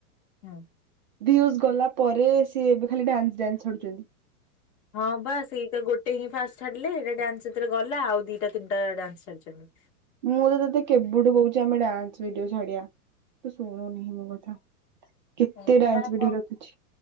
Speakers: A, on the left (about 50°); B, on the right (about 35°).
A: ହୁଁ
B: ଦିଉଜ୍ ଜ ଗଲା ପରେ ସିଏ ଏବେ ଖାଲି ଡାନ୍ସ୍ ଡାନ୍ ଛଡୁଚନ୍ତି।
A: ହଁ ବା ସେଇଟା ଗୋ ଟେହିଁ ଫାଷ୍ଟ୍ ଛାଡିଲେ ହେଟା ଡ୍ୟାନ୍ସ୍ ସେଥିରେ ଗଲା ଆଉ ଦିଟା ତିନ୍ଟା ଡ୍ୟାନ୍ସ୍ ଛାଡିଛନ୍ତି।
B: ମୁଁ ତ ତତେ କେବେଠୁ କୋହୁଛି ଆମେ ଡ୍ୟାନ୍ସ୍ ଭିଡିଓ ଛାଡିବା ତ ଶୁଣୁନେହି ମୋ କଥା। କେତେ
A: ହୁଁ ସେମାନେ
B: ଡ୍ୟାନ୍ସ ଭିଡିଓ
A: କ
B: ରଖୁଛି